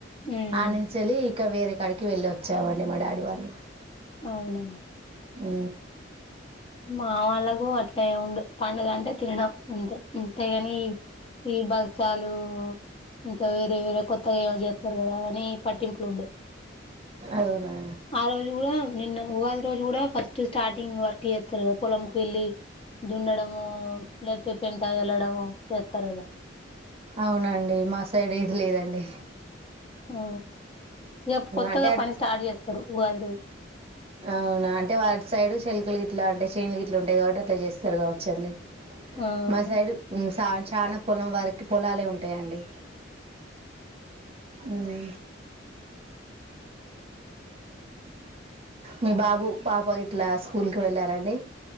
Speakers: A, on the left; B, on the right.
A: ఉమ్
B: ఆనించలిి కవే రేట్ ఇక్కడికి వెళ్ళి వచ్చామండి మా డాడీ వాళ్ళు
A: అవును
B: ఆ
A: మా వాళ్ళలకు అట్లా ఉండు పండుగ అంటే తినడం అంతే అంతేగాని ఈ భచ్చాలు ఇంకా వేరే వేరే కొత్తగా ఏమ చేస్తారు కదా అని పట్టింపులుండే
B: అవునా
A: ఆ రోజు కూడా నిన్న ఉగాది రోజు కూడా ఫస్ట్ స్టార్టింగ్ వర్క్ వస్తారు కదా పొలంకి వెళ్ళి దుండము లేకపోతే పెంట వెళ్ళడము చేస్తారు కదా
B: అవునండి మా సైడ్ ఇది లేదండి
A: ఆ ఇక కొత్తగా
B: అంటే అట్-
A: పని స్టార్ట్ చేస్తారు ఉగాది రోజు
B: అవునా అంటే వాటి సైడ్ శల్కలు గిట్లా అంటే చేనులు గిట్లు ఉంటాయి కాబట్టి అట్లా చేస్తారు కావచ్చండి
A: అవును
B: మాసైడు సావి చాలా పొలం వారికి పొలాలే ఉంటాయండి అ మీ బాబు పాప ఇట్లా స్కూల్కి వెళ్ళారండి